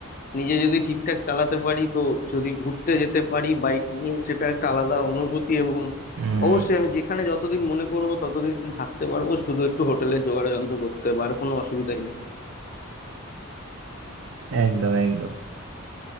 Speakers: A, on the left (about 40°); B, on the right (about 65°).
A: নিজে যদি ঠিকঠাক চালাতে পারি তো যদি ঘুরতে যেতে পারি বাইক নিয়ে সেটা একটা আলাদা অনুভূতি এবং
B: হম
A: অবশ্যই আমি যেখানে যতদিন মনে করব ততদিন থাকতে পারবো শুধু একটু হোটেলের জোগাড় যন্ত্র করতে হবে আর কোনো অসুবিধাই নেই
B: একদম একদম